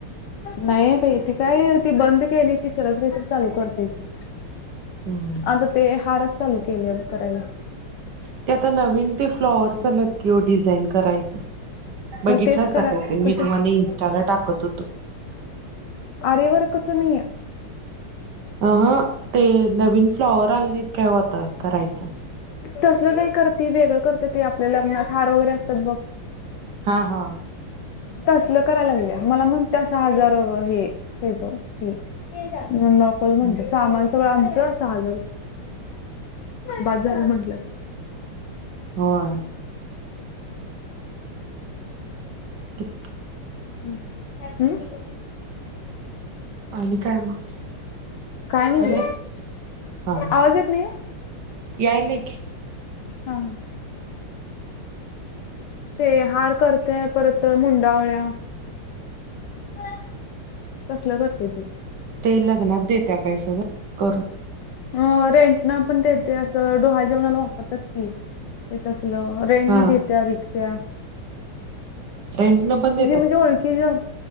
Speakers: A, on the left (about 70°); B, on the right (about 60°).
A: नाही ग इथ काय ती बंद केली ती सरस काहीतरी चालू करते ती
B: हम्म
A: आता ते हारच चालू केले करायला
B: ते आता नवीन ते फ्लॉवरर्स आलेत की हो डिझाईन करायचं बघितलाच
A: मग तेच करा
B: सकाळ ते मी
A: कश
B: तुम्हाला इन्स्टाला टाकत होतो
A: आरीवर्कच नाही
B: अ ह ते नवीन फ्लॉवर आले नाहीत काय ओ आता करायचं
A: तसलं नाही करते वेगळं करते ते आपल्या लग्नात हार वगैरे असतात बघ
B: हा हा
A: तसलं करा लागलीया मला म्हणत्या सहा हजार हे त्याचं फी मी नकोच म्हटलं
B: हम्म.
A: सामान सगळं आमचं सहा हजार बास झालं म्हटलं आता
B: होय किती
A: हम् हम्
B: आणि काय मग
A: काय नाही
B: हॅलो
A: बघ
B: हा
A: आवाज येत नाही?
B: यायलय की
A: हा ते हार करतेय परत मुंडावळ्या <inaudible> तसलं करते तू
B: ते लग्नात देत्या काय सगळं करून
A: अ रेंट न पण देते असं डोहाळ जेवणाला वापरतात की ते तसं रेटंन
B: हा
A: देत्या विकत्या
B: रेंटनं पण देतात
A: तिझ्या बिज्या ओळखीचं